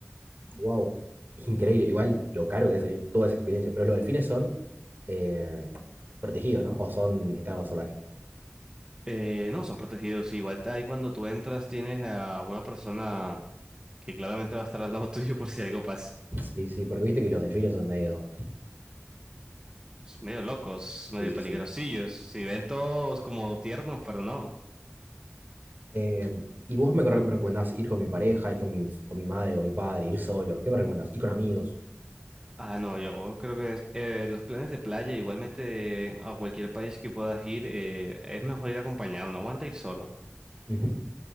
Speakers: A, on the right (about 50°); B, on the right (about 20°).
A: Wow. Increíble. Igual lo caro que debe salir toda esa experiencia. Pero los delfines son eh, protegidos, ¿no? O son estado salvaje.
B: Eh, no, son protegidos. Igual ahí cuando tú entras tienes a una persona que claramente va a estar al lado <laughs> tuyo por si algo pasa.
A: Sí, sí, porque viste que los delfines son medio.
B: Es Medio locos, medio
A: Sí, sí,
B: peligrosillos.
A: sí.
B: Si ven todos como tiernos, pero no.
A: Eh, y vos me, corre- me recomendás ir con mi pareja, ir con mi, con mi madre, con mi padre, ir solo. ¿Qué me recomendás? Ir con amigos.
B: Ah, no, yo creo que es- eh, los planes de playa, igualmente a cualquier país que puedas ir, eh, es mejor ir acompañado, no aguanta ir solo.
A: Ujú.